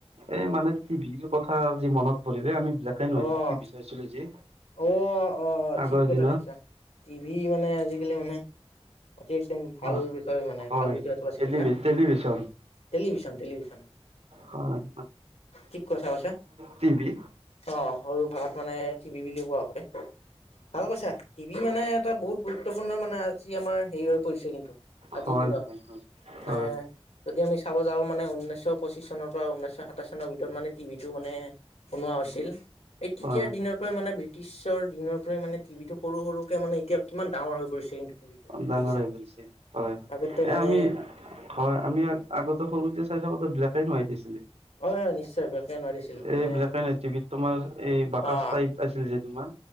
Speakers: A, on the right; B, on the left.
A: এ মানে টি ভিৰ কথা আজি মনত পৰিলে আমি বিলাকে নহয়
B: আহ
A: টিভি চাইছিলো যে
B: আহ অ' অ'
A: আগৰ
B: ঠিক কথা
A: দিনত
B: দেখিছা। টিভি মানে আজিকালি মানে আজি একদম ভাল
A: অ
B: বিষয় মানে
A: হয়
B: ভাল বিষয়
A: হয়
B: এটা বাছি
A: টেলিভি
B: লৈছা।
A: টেলিভিছন
B: টেলিভিশ্যন টেলিভিশ্যন
A: হয়
B: ঠিক কথা কৈছে।
A: ট ভি
B: অ' সৰু ভাষাত মানে টিভি বুলিও কোৱা হয়, ভাল কৈছা। টিভি মানে এটা বহুত গুৰুত্বপূৰ্ণ মানে আজি আমাৰ হেৰি হৈ পৰিছে কিন্তু?
A: হয়
B: আজিৰ দিনত
A: হয় হয়
B: মানে
A: হয় হয়
B: যদি আমি চাব যাওঁ মানে ঊনৈশ পঁচিশ চনৰ পৰা ঊনৈশ সাতাইশ চনৰ ভিতৰত মানে টিভিটো মানে বনোৱা হৈছিল। এই তেতিয়াৰ
A: হয়
B: দিনৰ পৰাই মানে ব্ৰিটিছৰ দিনৰ পৰাই মানে টিভিতটো সৰু সৰুকে মানে এতিয়া কিমান ডাঙৰ হৈ পৰিছে কিন্তু, টিভিটো
A: ডাঙৰ
B: দেখিছা,
A: হৈ পৰিছে হয় হয়
B: আগতে
A: এ
B: মানে
A: আমি হয় আমি আগতে সৰুতে চাই থাকোতে বিলেক এন্ড হুৱাইট আছিলে।
B: হয় হয় নিশ্চয় বেকে নোৱাৰিছিল
A: এই
B: মানে
A: বিলেক এন্ড হুৱাইট টিভিত তোমাৰ এই বাকচ
B: অ
A: টাইত আছিল যে তোমাৰ